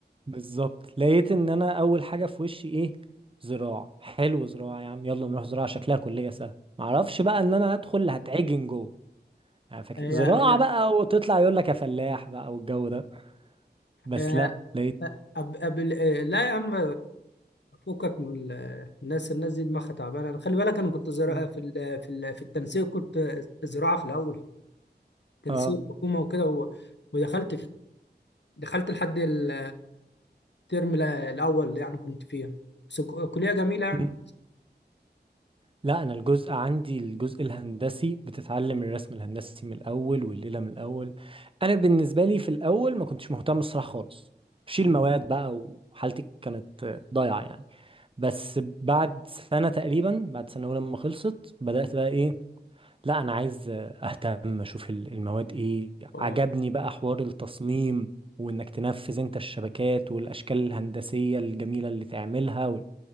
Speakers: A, on the right; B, on the left.
A: بالظبط لقيت ان انا اول حاجه في وشي ايه زراعه حلو زراعه يا عم يلا نروح زراعه شكلها كليه سهله معرفش بقى ان انا هدخل هتعجن جوه يعني فاكر
B: هي
A: زراعة
B: هي
A: بقى وتطلع يقول لك يا فلاح بقى والجو ده بس
B: هي
A: لا لقيت
B: أب أب لا يا عم فكك من ال- الناس الناس دي دماغها تعبانه انا خلي بالك انا كنت زراعه
A: مم.
B: في ال- في ال- في التنسيق كنت زراعه في الاول تنسيق
A: اه
B: حكومه وكده و- ودخلت دخلت لحد ال- الترم ال- الاول يعني كنت فيها بس ك- كليه جميله يعني
A: مم. لا انا الجزء عندي الجزء الهندسي بتتعلم الرسم الهندسي من الاول والليلة من الاول انا بالنسبة لي في الاول ما كنتش مهتم الصراحة خالص شيل
B: مم.
A: مواد بقى وحالتي كانت آه، ضايعة يعني بس بعد سنة تقريبا بعد سنة أولى لما خلصت بدأت بقى إيه لا انا عايز اهتم اشوف ال- المواد ايه
B: اه
A: عجبني بقى حوار التصميم وانك تنفذ انت الشبكات والاشكال الهندسية الجميلة اللي تعملها و...